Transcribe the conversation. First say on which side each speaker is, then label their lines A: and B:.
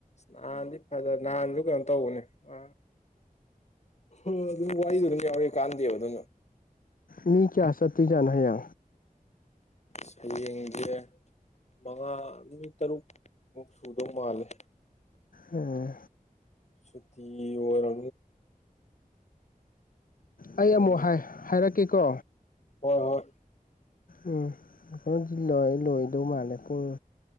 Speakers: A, on the left; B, on the left.
A: ꯅꯍꯥꯟꯗꯤ ꯐꯖꯦ ꯅꯍꯥꯟꯁꯨ ꯀꯩꯅꯣ ꯇꯧꯕꯅꯦ ꯑ ꯎ ꯑꯗꯨ ꯋꯥꯔꯤꯔꯦ ꯀꯥꯟꯗ ꯑꯗꯨ
B: ꯃꯤ ꯀꯌꯥ ꯁꯊꯨꯖꯥꯟꯅ ꯍꯥꯏ ꯌꯥ
A: ꯁꯌꯦꯦꯡꯁꯦ ꯃꯉꯥꯅꯤ ꯇꯔꯨꯛꯃꯨꯛ ꯁꯨꯗꯧ ꯃꯥꯜꯂꯦ
B: ꯎꯝ
A: ꯁꯨꯇꯤ ꯑꯣꯏꯔ ꯃꯥꯅꯤ
B: ꯑꯩ ꯑꯃꯨꯛ ꯍꯥꯏ
A: ꯑꯍꯨꯝ
B: ꯍꯥꯏꯔꯛꯀꯦꯀꯣ
A: ꯍꯣꯏ ꯍꯣꯏ
B: ꯎꯝ ꯑꯩꯁꯤꯂꯣꯏ ꯂꯣꯏꯗꯧ ꯃꯥꯜꯂꯦ ꯄꯨꯡ